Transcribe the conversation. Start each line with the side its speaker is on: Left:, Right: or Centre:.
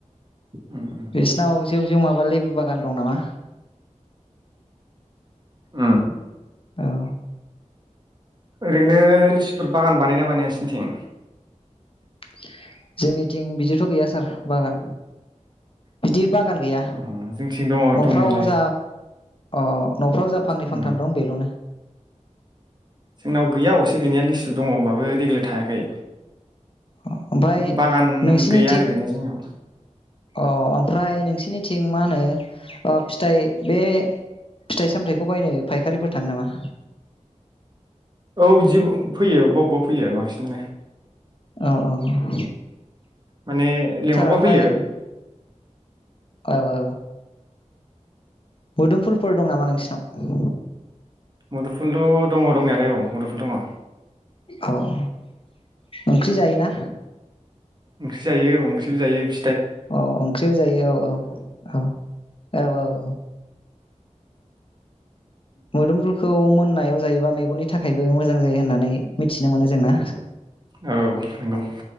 Right: उम उम
Left: बेसिनाव जेव जेव माबा लेबु बागान दं नामा?
Right: उम
Left: औ
Right: ओरैनो लिसुफोर बागान बानायोना बानायास थिं
Left: <inaudible> जोंनिथिं बिदिथ गैया सार। बागान बिदि बाग गान गैया
Right: अ जोंथिं दङ
Left: न'फ्राव
Right: दंनायालाय
Left: जा अ न'फ्राव जा फांनै
Right: उम
Left: फांथाम दं बेल'नो।
Right: जोंनाव गैया अबसे गैनाया लिसु दङ ओमबाबो देग्लाय थायाखै।
Left: अ' ओमफाय
Right: बागान
Left: नोंसिनिथिं
Right: गैया आरो गैनाया जोंनियाव
Left: अ' ओमफ्राय नोंसि निथिं मा होनो ओ फिथाइ बे फिथाइ सामथाइखौ बायनो फायखारिफोर थाङो नामा?
Right: औ बिदि फैयो अबबा अबबा फैयो बांसिनानो।
Left: अ' अ'
Right: माने लिंहरबा
Left: ओमफ्राय
Right: फैयो
Left: औ औ मुदुफुलफोर दं नामा नोंसिनाव
Right: मुदुफुलद दङ दंनायालाय औ मुदुफुल दङ।
Left: औ ओंख्रि जायोना।
Right: ओंख्रि जायो अंख्रिबो जायो बि
Left: औ ओंख्रिबो जायो औ औ औ औ औ औ मुदुफुलखौ मोननायाव जायोबा मेगननि थाखायबो मोजां जायो होननानै मिथिनो मोनो जोंना
Right: औ नोंगौ